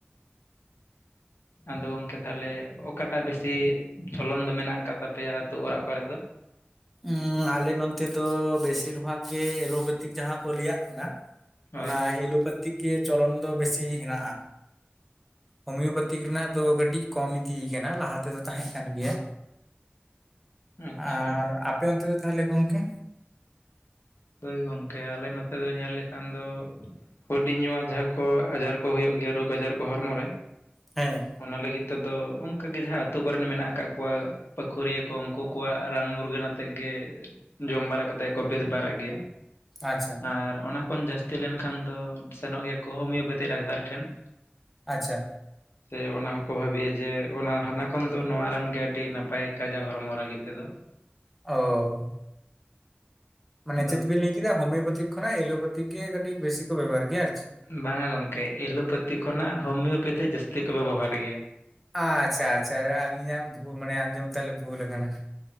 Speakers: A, on the left (about 75°); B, in the centre.
A: ᱟᱫᱚ ᱜᱚᱝᱠᱮ ᱛᱟᱦᱚᱞᱮ ᱚᱠᱟᱴᱟᱜ ᱵᱮᱥᱤ ᱪᱷᱚᱞᱚᱱ ᱫᱚ ᱢᱮᱱᱟᱜ ᱟᱠᱟᱜ ᱛᱟᱯᱮᱭᱟ ᱟᱹᱛᱩ ᱚᱲᱟᱜ ᱠᱚᱨᱮ ᱫᱚ?
B: ᱩᱸᱻ ᱟᱞᱮ ᱱᱚᱱᱛᱮ ᱫᱚ ᱵᱮᱥᱤᱨ ᱵᱷᱟᱜᱽ ᱜᱮ ᱮᱞᱳᱯᱮᱛᱷᱤᱠ ᱡᱟᱦᱟᱸ ᱠᱚ ᱞᱟᱹᱭᱟᱜ ᱠᱟᱱᱟ
A: ᱦᱳᱭ
B: ᱚᱱᱟ ᱮᱞᱳᱯᱮᱛᱷᱤᱠ ᱜᱮ ᱪᱚᱞᱚᱱ ᱫᱚ ᱵᱮᱥᱤ ᱦᱮᱱᱟᱜᱼᱟ ᱾ ᱦᱳᱢᱤᱭᱚᱯᱮᱛᱷᱤᱠ ᱨᱮᱱᱟᱜ ᱫᱚ ᱠᱟᱹᱴᱤᱡ ᱠᱚᱢ ᱤᱫᱤᱭ ᱠᱟᱱᱟ ᱞᱟᱦᱟ ᱛᱮᱫᱚ ᱛᱟᱦᱮᱸ ᱠᱟᱱ ᱜᱮᱭᱟ ᱾
A: ᱟᱪᱪᱷᱟ
B: ᱟᱨ ᱟᱯᱮ ᱚᱱᱛᱮ ᱛᱟᱦᱚᱞᱮ ᱜᱚᱝᱠᱮ
A: ᱦᱳᱭ ᱜᱚᱝᱠᱮ ᱟᱞᱮ ᱱᱚᱛᱮ ᱫᱚ ᱧᱮᱞ ᱞᱮᱠᱷᱟᱱ ᱫᱚ ᱦᱩᱰᱤᱧ ᱧᱩᱣᱟᱜ ᱡᱟᱦᱟᱸ ᱠᱚ ᱟᱡᱟᱨ ᱠᱚ ᱦᱩᱭᱩᱜ ᱜᱮᱭᱟ ᱨᱳᱜᱽ ᱟᱡᱟᱨ ᱠᱚ ᱦᱚᱲᱢᱚ ᱨᱮ
B: ᱦᱮᱸ
A: ᱚᱱᱟ ᱞᱟᱹᱜᱤᱫ ᱛᱮᱫᱚ ᱚᱱᱠᱟᱜᱮ, ᱡᱟᱦᱟᱸ ᱟᱹᱛᱳ ᱠᱚᱨᱮᱱ ᱢᱮᱱᱟᱜ ᱟᱠᱟᱫ ᱠᱚᱣᱟ ᱯᱟᱹᱠᱷᱩᱲᱤᱭᱟᱹ ᱠᱚ ᱩᱱᱠᱩ ᱠᱚᱣᱟᱜ ᱨᱟᱱ ᱢᱩᱨᱜᱟᱹᱱ ᱟᱛᱮᱫ ᱜᱮ, ᱡᱚᱢ ᱵᱟᱲᱟ ᱠᱟᱛᱮᱫ ᱠᱚ ᱵᱮᱥ ᱵᱟᱲᱟᱜ ᱜᱮᱭᱟ
B: ᱟᱪᱪᱷᱟ
A: ᱟᱨ ᱚᱱᱟ ᱠᱷᱚᱱ ᱡᱟᱹᱥᱛᱤ ᱞᱮᱱᱠᱷᱟᱱ ᱫᱚ ᱥᱮᱱᱚᱜ ᱜᱮᱭᱟ ᱠᱚ ᱦᱳᱢᱤᱭᱳᱯᱮᱛᱷᱤ ᱰᱟᱠᱛᱟᱨ ᱴᱷᱮᱱ ᱾
B: ᱟᱪᱪᱷᱟ
A: ᱥᱮ ᱚᱱᱟ ᱦᱚᱸᱠᱚ ᱵᱷᱟᱹᱵᱤᱭᱟ ᱡᱮᱼᱚᱱᱟ ᱦᱟᱱᱟ ᱠᱷᱚᱱ ᱫᱚ ᱱᱚᱣᱟ ᱨᱟᱱ ᱜᱮ ᱟᱹᱰᱤ ᱱᱟᱯ ᱯᱟᱭ ᱠᱟᱡᱟ ᱦᱚᱲᱢᱚ ᱞᱟᱹᱜᱤᱫ ᱛᱮᱫᱚ
B: ᱚ ᱢᱟᱱᱮ
A: ᱟᱫᱚ
B: ᱪᱮᱫ ᱵᱤᱱ ᱞᱟᱹᱭ ᱠᱮᱫᱟ ᱦᱳᱢᱤᱭᱳᱯᱟᱛᱤᱠ ᱠᱷᱚᱱᱟᱜ, ᱮᱞᱳᱯᱟᱛᱷᱤᱠ ᱜᱮ ᱠᱟᱹᱴᱤᱡ ᱵᱮᱥᱤ ᱠᱚ ᱵᱮᱵᱚᱦᱟᱨ ᱜᱮᱭᱟ ᱟᱨ ᱪᱮᱫ?
A: ᱵᱟᱝ-ᱟ ᱜᱚᱢᱠᱮ ᱮᱞᱳᱯᱮᱛᱷᱤ ᱠᱷᱚᱱᱟᱜ ᱦᱳᱢᱤᱭᱳᱯᱮᱛᱷᱤ ᱡᱟᱹᱥᱛᱤ ᱠᱚ ᱵᱮᱵᱚᱦᱟᱨ ᱜᱮᱭᱟ?
B: ᱟᱪᱪᱷᱟ ᱟᱪᱪᱷᱟ ᱟᱹᱞᱤᱧᱟᱜ ᱵᱷᱚ ᱢᱟᱱᱮ ᱟᱸᱡᱚᱢ ᱛᱟᱞᱮ ᱵᱷᱩᱞ ᱟᱠᱟᱱᱟ ᱾